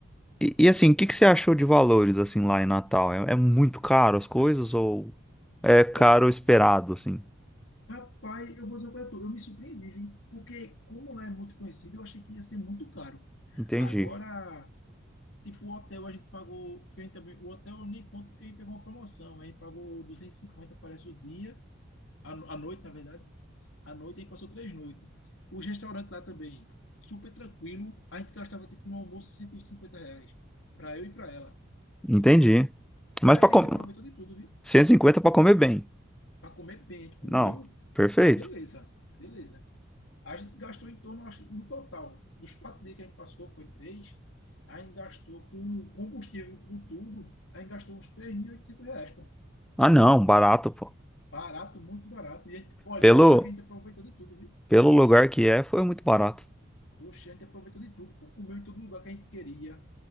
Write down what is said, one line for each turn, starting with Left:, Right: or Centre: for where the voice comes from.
Centre: E, e, assim, o que que você achou de valores assim lá em Natal? É, é muito caro as coisas ou é caro
Left: Ra-
Centre: esperado assim?
Left: Rapaz, eu vou dizer pra tu, eu me surpreendi, vi, porque como lá é muito conhecido, eu achei que ia ser muito caro.
Centre: Entendi.
Left: Agora, tipo, o hotel a gente pagou, porque a gente também, o hotel eu nem conto porque a gente pegou uma promoção, a gente pagou 250, parece o dia, a, no- a noite, na verdade, a noite a gente passou três noites. Os restaurantes lá também, super tranquilo, a gente gastava tipo no almoço 150 reais, pra eu e pra ela,
Centre: Entendi.
Left: entendeu?
Centre: Mas
Left: E olha
Centre: para
Left: que
Centre: comer
Left: a gente aproveitou de tudo, viu?
Centre: cento e cinquenta para comer bem.
Left: Para comer bem, a gente comeu,
Centre: Não, perfeito.
Left: beleza, beleza. A gente gastou em torno, acho, no total, dos quatro dias que a gente passou, foi três, a gente gastou com combustível, com tudo, a gente gastou uns três mil e oitocentos reais, pô.
Centre: Ah, não, barato, pô.
Left: Barato, muito barato. E a gente, olha,
Centre: Pelo
Left: eu e olha que a gente aproveitou de tudo, viu?
Centre: pelo lugar que é, foi muito barato.
Left: Poxa, a gente aproveitou de tudo, pô. Comeu em todo lugar que a gente queria.